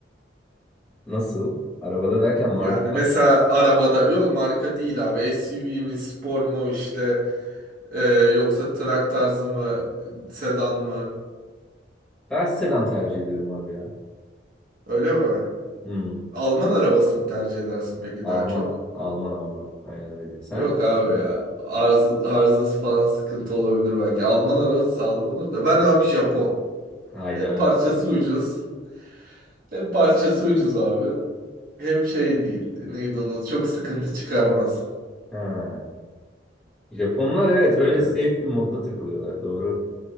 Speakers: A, in the centre; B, on the right.
A: Nasıl? Arabada derken marka
B: Yani
A: olarak.
B: mesela arabada yok marka değil abi SUV mi spor mu işte e, yoksa trak tarzı mı sedan mı
A: Ben sedan tercih ediyorum abi ya.
B: öyle mi?
A: Hmm.
B: Alman arabası mı tercih edersin peki
A: Alman.
B: daha çok?
A: Alman Alman. Aynen öyle. Sen?
B: Yok abi ya arz, arzası falan sıkıntı olabilir belki. Alman arabası sağlam olur da ben abi Japon.
A: Hayda.
B: Hem parçası ucuz hem parçası ucuz abi hem şey değil neydi onu çok sıkıntı çıkarmaz.
A: Ha. Japonlar evet öyle
B: Böyle.
A: safe bir modda takılıyorlar. Doğru.